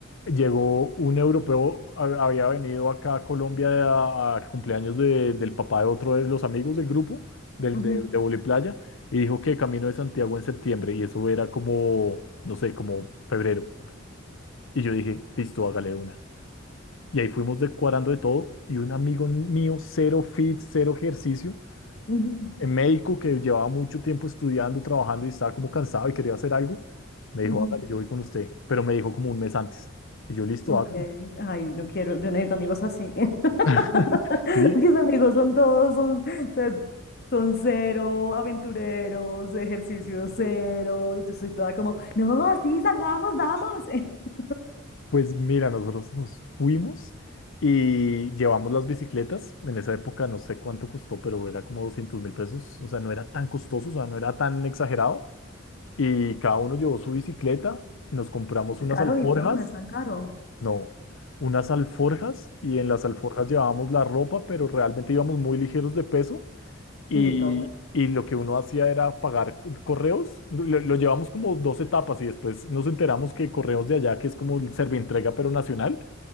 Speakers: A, on the left; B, on the left.
A: Llegó un europeo, ha- había venido acá a Colombia de- a- al cumpleaños de- del papá de otro de los amigos del grupo, del,
B: Ujú,
A: de, de Vóley Playa, y dijo que Camino de Santiago en septiembre, y eso era como, no sé, como febrero. Y yo dije, listo, hágale de una. Y ahí fuimos decorando de todo, y un amigo mío, cero fit, cero ejercicio
B: ujú,
A: en médico que llevaba mucho tiempo estudiando, trabajando y estaba como cansado y quería hacer algo, me
B: ujú.
A: dijo, hágale, yo voy con usted, pero me dijo como un mes antes. Y yo, listo,
B: Ok,
A: hágale.
B: ay, yo quiero, yo necesito amigos así. <laughs> <laughs>
A: <laughs> Sí.
B: Mis amigos son todos, son, o sea, son cero aventureros, ejercicio cero. y Yo soy toda como, no, sí, salgamos, vamos. <laughs>
A: Pues mira, nosotros nos fuimos y llevamos las bicicletas. En esa época no sé cuánto costó, pero era como doscientos mil pesos. O sea, no era tan costoso, o sea, no era tan exagerado. Y cada uno llevó su bicicleta. Nos compramos
B: Es
A: unas
B: caro
A: alforjas
B: y no, no es tan caro.
A: No, unas alforjas y en las alforjas llevábamos la ropa, pero realmente íbamos muy ligeros de peso y,
B: Sí, toca.
A: y lo que uno hacía era pagar c- correos. Lo, lo llevamos como dos etapas y después nos enteramos que correos de allá, que es como el Servientrega pero nacional,